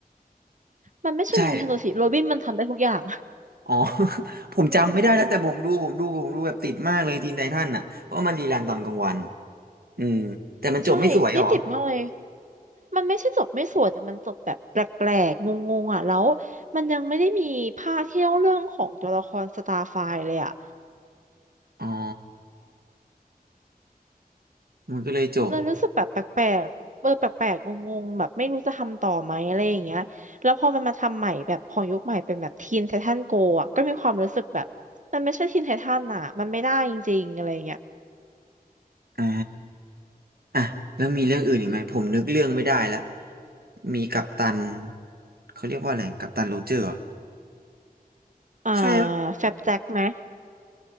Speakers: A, on the right; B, on the right.
A: มันไม่ใช่รินคาโนสิโรบินมันทำได้ทุกอย่าง
B: ใช่ อ๋อ <laughs> ผมจำไม่ได้แล้วแต่ผมดูผมดูผมดูแบบติดมากเลยทีนไททันอ่ะเพราะว่ามันรีรันตอนกลางวันอืมแต่มันจบไม่สวยเหรอ
A: <laughs> ใช่นี่ติดมากเลยมันไม่ใช่จบไม่สวยแต่มันจบแบบแปลกๆงงๆอ่ะแล้วมันยังไม่ได้มีภาคที่เล่าเรื่องของตัวละครสตาร์ไฟเลยอ่ะ
B: อ๋อมันก็เลยจบ
A: เรารู้สึกแบบแปลกๆเออแปลกๆงงๆแบบไม่รู้จะทำต่อไหมอะไรอย่างเงี้ยแล้วพอมันมาทำใหม่แบบของยุคใหม่เป็นแบบทีนไททันโกอ่ะก็มีความรู้สึกแบบมันไม่ใช่ทีนไททันอ่ะมันไม่ได้จริงๆอะไรอย่างเงี้ย
B: อ่าอ่ะแล้วมีเรื่องอื่นอีกไหมผมนึกเรื่องไม่ได้ละมีกัปตันเขาเรียกว่าอะไรกัปตันโรเจอร์เหรอ
A: อ่า
B: ใช่
A: แฟบแจ็คไหม